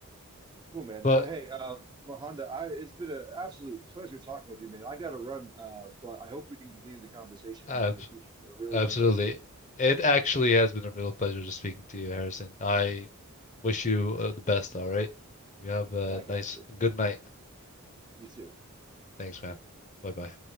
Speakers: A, on the right (about 20°); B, on the left (about 35°).
A: cool, man.
B: but
A: But hey, um, Mahonda, I it's been an absolute pleasure talking with you, man. I gotta run, uh, but I hope we can continue the conversation
B: ab
A: in the near future. I really
B: absolutely.
A: enjoyed the conversation.
B: It actually has been a real pleasure just speaking to you, Harrison. I wish you uh, the best, all right? You have a
A: Back
B: nice,
A: at you.
B: good night.
A: You too.
B: Thanks, man. Bye-bye.